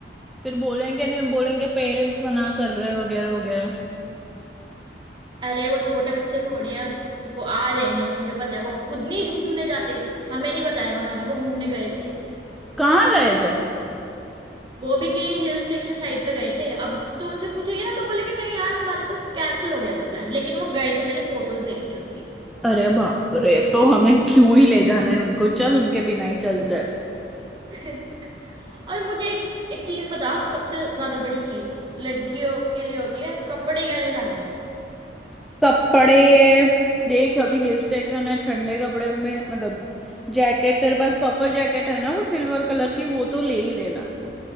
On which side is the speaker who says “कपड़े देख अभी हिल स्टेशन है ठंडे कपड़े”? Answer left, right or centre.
Centre